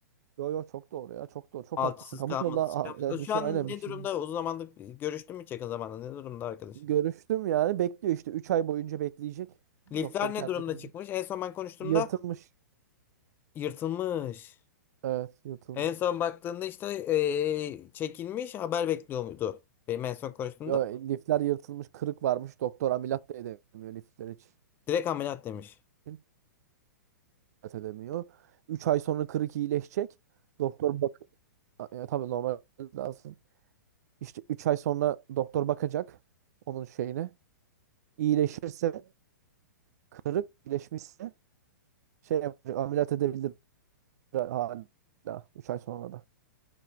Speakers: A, on the right; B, on the left.
A: Yo yo çok doğru ya. Çok doğru. Çok
B: Altısız
A: haklısın. Kamu
B: kalması.
A: konuda ha- yani
B: Şu
A: şey,
B: an
A: aynen
B: ne
A: bir şey.
B: durumda? Uzun zamandır görüştün mü hiç yakın zamanda? Ne durumda arkadaş?
A: Görüştüm yani bekliyor işte 3 ay boyunca bekleyecek.
B: Lifler
A: Doktor
B: ne
A: kendi
B: durumda
A: kendine.
B: çıkmış? En son ben konuştuğumda
A: Yırtılmış.
B: yırtılmış.
A: Evet yırtılmış.
B: En son baktığında işte eee, çekilmiş haber bekliyor muydu? Benim en son konuştuğumda.
A: Ya, lifler yırtılmış kırık varmış. Doktor ameliyat da edemiyor lifler için.
B: Direkt ameliyat demiş.
A: Ameliyat edemiyor. 3 ay sonra kırık iyileşecek. Doktor bak A- ya, tabii normal lazım. İşte 3 ay sonra doktor bakacak onun şeyine. İyileşirse kırık iyileşmişse şey yapacak, ameliyat edebilir hala 3 ay sonra da